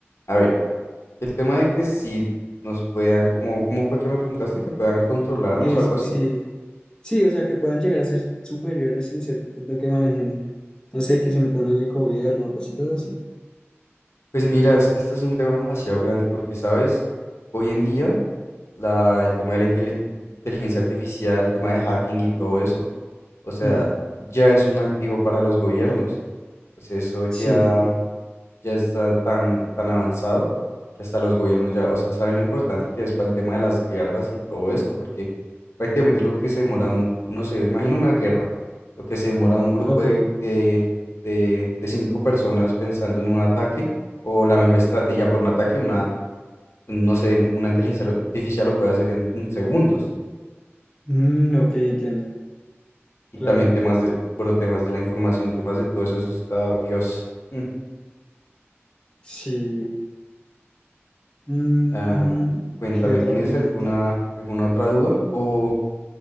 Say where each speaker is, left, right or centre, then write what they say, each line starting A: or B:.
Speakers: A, on the left; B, on the left.
A: a ver, el tema de que si nos puedan, como, ¿cómo fue que me preguntaste? Que puedan controlarnos
B: Que
A: o
B: es-
A: algo así.
B: sí, sí, o sea, que puedan llegar a ser superiores en cierto punto que manejen, no sé, que se metan en el gobierno, cositas así.
A: Pues mira, es que esto es un tema demasiado grande porque, ¿sabes? Hoy en día, la, el tema de la inte- inteligencia artificial, el tema de hacking y todo eso, o sea,
B: Mm,
A: ya es un activo para los gobiernos. O sea, eso ya
B: sí,
A: ya está tan, tan avanzado que hasta los gobiernos ya, o sea, saben lo importante que es para el tema de las guerras y todo esto, porque prácticamente lo que se demora, un, no sé, imagina una guerra, lo que se demora un grupo
B: ok.
A: de, de, de, de cinco personas pensando en un ataque o la mejor estrategia para un ataque, una, no sé, una inteligencia lo- artificial lo puede hacer en, en segundos.
B: Mm, ok, entiendo,
A: Y
B: claro.
A: también temas de, bro, temas de la información, temas de todo eso, eso está, Dios. Mm.
B: Sí. Ujú.
A: Ah, cuéntame,
B: ¿Qué otra
A: ¿tienes
B: pregunta?
A: alguna, alguna otra duda? O,